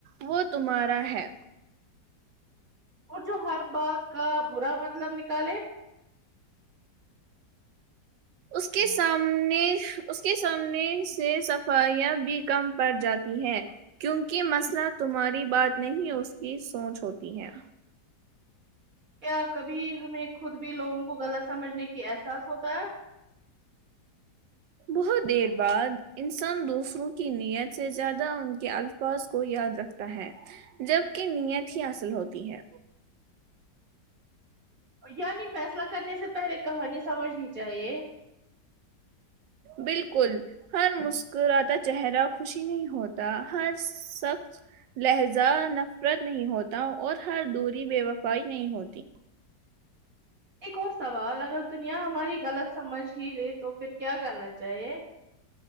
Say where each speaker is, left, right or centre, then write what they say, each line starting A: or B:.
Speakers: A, on the right; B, on the right.
A: وہ تمہارا ہے
B: اور جو ہر بات کا برا مطلب نکالے
A: اس کے سامنے اس کے سامنے سے صفائیاں بھی کم پڑ جاتی کی ہے کیونکہ مسئلہ تمہاری بات نہیں اس کی سوچ ہوتی ہے
B: کیا کبھی ہمیں خود بھی لوگوں کو غلط سمجھنے کی احساس ہوتا ہے
A: بہت دیر بعد انسان دوسروں کی نیت سے زیادہ ان کے الف از کو یاد رکھتا ہے جبکہ نیت ہی اصل ہوتی ہے
B: یعنی فیصلہ کرنے سے پہلے کہانی سمجھنی چاہیے
A: بالکل ہر مسکراتا چہرہ خوشی نہیں ہوتا ہر سخ لہجہ نفرت نہیں ہوتا اور ہر دوری بے وفائی نہیں ہوتی
B: ایک اور سوال اگر دنیا ہماری غلط سمجھ ہی لے تو پھر کیا کرنا چاہیے